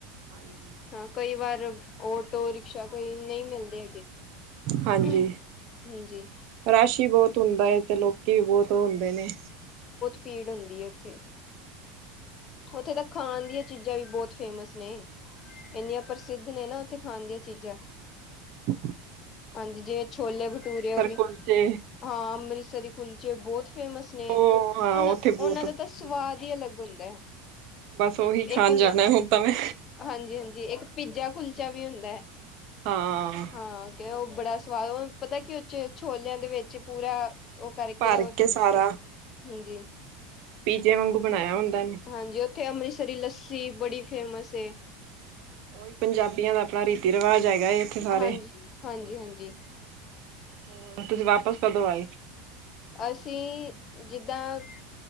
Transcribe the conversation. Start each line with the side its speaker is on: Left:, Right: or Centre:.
Right: ਹਾਂਜੀ।
Left: ਹਾਂ ਕਈ ਵਾਰ। ਓਟੋ ਰਿਕਸ਼ਾ ਕੋਈ ਨਹੀਂ ਮਿਲਦਾ। ਮਿਲਦੇ
Right: ਹਾਂਜੀ
Left: ਹੈਗੇ ਹਾਂਜੀ।
Right: ਰਸ਼ ਹੀ ਬਹੁਤ ਹੁੰਦਾ ਏ ਤੇ ਲੋਕ। ਅੱਗੇ ਬਹੁਤ ਉਹ ਹੁੰਦੇ ਨੇ।
Left: ਪੀੜ ਹੁੰਦੀ ਹੈ ਉੱਥੇ?
Right: ਅੱਛਾ
Left: ਉੱਥੇ ਤਾਂ
Right: ਜੀ।
Left: ਖਾਣ ਦੀਆਂ ਚੀਜ਼ਾਂ ਵੀ ਬਹੁਤ ਫੇਮਸ ਨੇ। ਇੰਨੀਆਂ ਪ੍ਰਸਿੱਧ ਨੇ ਨਾ ਉੱਥੇ ਖਾਣ ਦੀਆਂ ਚੀਜ਼ਾਂ।
Right: ਹੂੰ।
Left: ਹਾਂਜੀ ਜਿਵੇ ਛੋਲੇ ਭਟੂਰੇ ਹੋ ਗਏ
Right: ਕੁਲਚੇ
Left: ਹਾਂ। ਅੰਮ੍ਰਿਤਸਰੀ ਕੁਲਚੇ ਬਹੁਤ। ਫੇਮਸ ਨੇ
Right: ਉਹ ਹਾਂ
Left: ਉਹਨਾਂ
Right: ਉੱਥੇ ਬਹੁਤ
Left: ਉਹਨਾਂ ਦਾ
Right: ਪ੍ਰਸਿੱਧ
Left: ਤਾਂ ਸਵਾਦ
Right: ਨੇ।
Left: ਹੀ ਅਲੱਗ ਹੁੰਦਾ ਹੈ।
Right: ਬਸ ਉਹੀ ਖਾਣ
Left: ਇੱਕ ਹੁੰਦਾ
Right: ਜਾਣਾ ਹੁਣ ਤਾਂ ਮੈਂ
Left: ਹਾਂਜੀ ਹਾਂਜੀ ਇੱਕ ਪੀਜਾ ਕੁਲਚਾ। ਕੱਚਾ ਵੀ ਹੁੰਦਾ।
Right: ਹਾਂ।
Left: ਹਾਂ ਕਿ ਉਹ ਬੜਾ ਸਵਾਦ ਉਹਨੂੰ ਪਤਾ ਕੀ ਉਹ 'ਚ ਛੋਲਿਆਂ ਦੇ ਵਿੱਚ ਪੂਰਾ? ਉਹ ਕਰਕੇ
Right: ਭਰ
Left: ਉਹ ਦਿੰਦੇ
Right: ਕੇ ਸਾਰਾ
Left: ਨੇ ਹਾਂਜੀ।
Right: ਪੀਜੇ ਵਾਂਗੂੰ ਬਣਾਇਆ ਹੁੰਦਾ। ਇਹਨੂੰ
Left: ਹਾਂਜੀ ਉੱਥੇ ਅੰਮ੍ਰਿਤਸਰੀ ਲੱਸੀ ਬੜੀ। ਫੇਮਸ ਹੈ।
Right: ਉਹੀ ਪੰਜਾਬੀਆਂ ਦਾ ਆਪਣਾ ਰੀਤੀ ਰਿਵਾਜ। ਹੈਗਾ ਏ ਇੱਥੇ ਸਾਰੇ
Left: ਹਾਂਜੀ ਹਾਂਜੀ ਹਾਂਜੀ।
Right: ਹੋਰ ਤੁਸੀਂ ਵਾਪਸ ਕਦੋਂ ਆਏ?
Left: ਅਸੀਂ ਜਿੱਦਾਂ